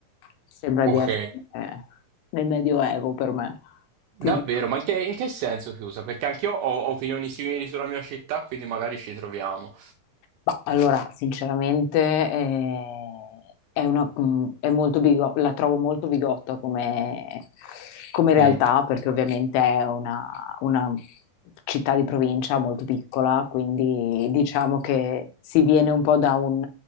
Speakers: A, on the left; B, on the right.
A: sembra
B: ok.
A: di essere eh, nel Medioevo per me,
B: Davvero,
A: ti dirò.
B: ma in che, in che senso chiusa? Perché anch'io ho opinioni simili sulla mia città, quindi magari ci troviamo.
A: Ma allora, sinceramente, eh, è una- mh, è molto bigo- la trovo molto bigotta come, come realtà,
B: Mm.
A: perché ovviamente è una, una città di provincia molto piccola, quindi diciamo che si viene un po' da un,